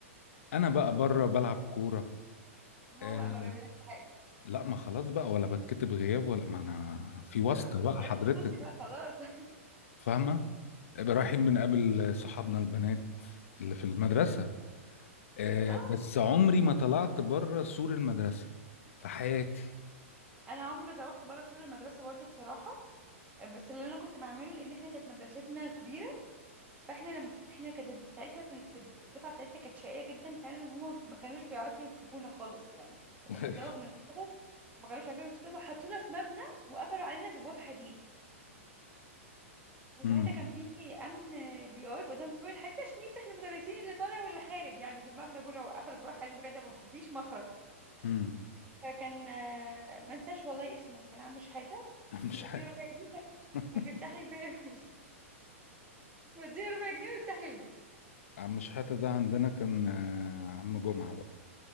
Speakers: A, on the left; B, on the right.
A: انا بقى بره بلعب كوره
B: ما
A: آه
B: هو ما بيعملكش حاجه
A: لا ما خلاص بقى ولا بتكتب غياب ولا ما انا في واسطه
B: أنا ما اخد
A: بقى
B: درس
A: حضرتك
B: خصوصي بقى خلاص
A: فاهمه رايحين بنقابل صحابنا البنات اللي في المدرسه آه
B: <laughs> اه
A: بس عمري ما طلعت بره سور المدرسه في حياتي
B: انا عمري ما زوغت بره سور المدرسه برضو بصراحه بس اللي انا كنت بعمله لان احنا كانت مدرستنا كبيره فاحنا لم... احنا كانت ساعتها في ال- في الدفعه بتاعتنا كانت شقيه جدا فعلا هما ما كانوش بيعرفوا يمسكونا خالص يعني كنا
A: <laughs>
B: بنزوغ من الحصص ما كانوش عارفين يمسكونا فحطونا في مبنى وقفلوا علينا ببواب حديد وساعتها
A: امم
B: كان في امن بيبقى واقف قدام باب الحديد عشان يفتح للمدرسين اللي طالع واللي خارج يعني في المبنى كله وقفل باب الحديد بجد مفيش مخرج
A: امم
B: فكان آه، ما انساش والله اسمه كان عم شحاته
A: عم شحاته
B: بديه ربع جنيه كان
A: <laughs>
B: كان بيفتح لي الباب <laughs> بديه ربع جنيه ويفتح لي الباب
A: عم شحاته ده عندنا كان آه، عم جمعه بقى